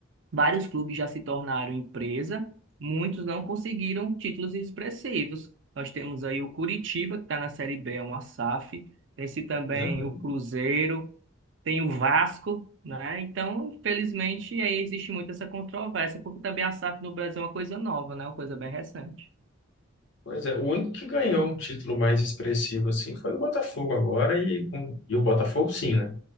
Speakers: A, on the right (about 60°); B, on the left (about 60°).
A: vários clubes já se tornaram empresa, muitos não conseguiram títulos expressivos. Nós temos aí o Curitiba, que está na Série B, é uma SAF. Esse também,
B: Uhum.
A: o Cruzeiro tem o Vasco, né? Então, infelizmente, aí existe muito essa controvérsia, porque também a SAF no Brasil é uma coisa nova, né? Uma coisa bem recente.
B: Pois é, o único que ganhou um título mais expressivo assim foi o Botafogo agora e, com- e o Botafogo sim, né?